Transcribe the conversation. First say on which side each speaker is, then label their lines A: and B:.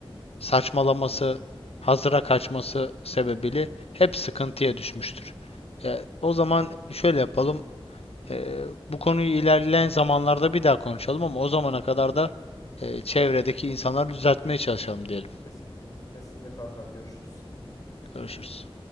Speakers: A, on the left; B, on the left.
A: saçmalaması, hazıra kaçması sebebiyle hep sıkıntıya düşmüştür. Ya, o zaman şöyle yapalım. Eee, bu konuyu ilerleyen zamanlarda bir daha konuşalım ama o zamana kadar da eee, çevredeki insanları düzeltmeye çalışalım diyelim.
B: Kesinlikle. Kesinlikle kankam görüşürüz.
A: Görüşürüz.